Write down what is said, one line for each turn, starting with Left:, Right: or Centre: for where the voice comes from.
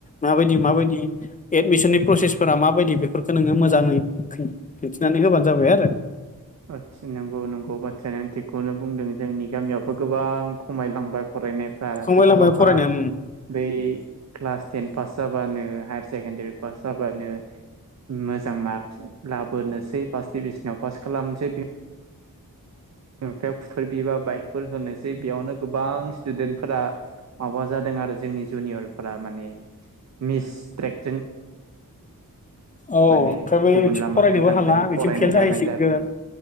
Left: माबायदि माबायदि एडमिसननि प्रसेसफोरा माबायदि बेफोरखो नोङो मोजाङै <unintelligible> खिन्थिनानै होबानो जाबाय आरो
Right: ओथस नोंगौ नोंगौ बाथ्राया नों थिगखौनो बुंदों जोंनि गामियावबो गोबां खमायलांबाय फरायनाय <unintelligible> आरो
Left: थांबाय
Right: आथिखालावहा
Left: लांबाय फरायनाया
Right: बै क्लास टेन फास जाबानो हायार सेकेण्डारि फास जाबानो उम मोजां मार्कस लाबोनोसै फर्स्ट डिभिजनाव फास खालामसै बे बिमा बिफाया खुफोर बिबा बाइकफोर होनोसै बेयावनो गोबां स्टुदेन्टफोरा माबा जादों आरो जोंनि जुनियरफोरा माने मिस ट्रेक
Left: औ
Right: माने
Left: ओमफ्राय बै
Right: गुबुन
Left: थि
Right: लामाजों
Left: फरायनोबो
Right: थांदों
Left: हाला बिथिं
Right: फरायनाय
Left: फेल जाहैसिगोन
Right: गारनाय जादों